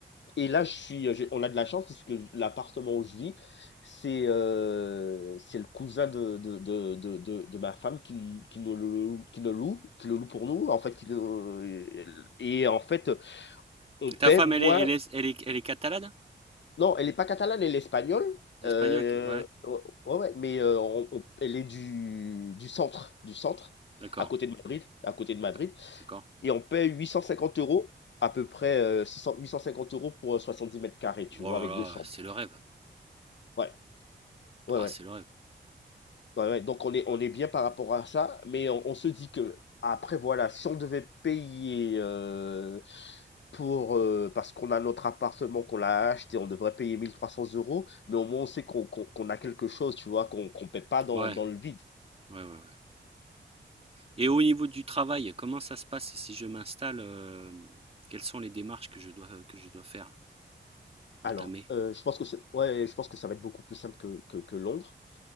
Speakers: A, on the left (about 65°); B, on the right (about 30°).
A: Et là, je suis, j'ai- on a de la chance puisque l'appartement où je vis, c'est euh, c'est le cousin de, de, de, de, de, de ma femme qui, qui nous le loue, qui nous loue, qui le loue pour nous, en fait, qui nous, et en fait, on
B: Et
A: paie,
B: ta femme,
A: moi,
B: elle est, elle est, elle est, elle est catalane?
A: non, elle est pas catalane, elle est espagnole,
B: Espagnole?
A: euh,
B: Ouais,
A: ouais, ouais, ouais, mais euh, on- on- elle est du, du centre, du centre,
B: d'accord.
A: à côté de Madrid, à côté de
B: D'accord.
A: Madrid,
B: d'accord.
A: et on paie 850 euros, à peu près euh, six cents, huit cent cinquante euros pour euh, dix mètres carrés, tu
B: Oh
A: vois,
B: là
A: avec
B: là,
A: deux chambres.
B: c'est le rêve.
A: Ouais. Ouais,
B: Ah,
A: ouais.
B: c'est le rêve.
A: Ouais, ouais. Donc on est on est bien par rapport à ça, mais on on se dit que après voilà, si on devait payer, heu, pour, heu, parce qu'on a notre appartement, qu'on l'a acheté, on devrait payer mille trois cents euros mais au moins on sait qu'on qu'on qu'on a quelque chose, tu vois? Qu'on qu'on paie pas dans
B: Ouais,
A: dans le vide.
B: ouais, ouais, ouais. Et au niveau du travail, comment ça se passe si je m'installe, euh, quelles sont les démarches que je dois, que je dois faire,
A: Alors,
B: entamer?
A: heu, je pense que c'est ouais, je pense que ça va être beaucoup plus simple que que que Londres,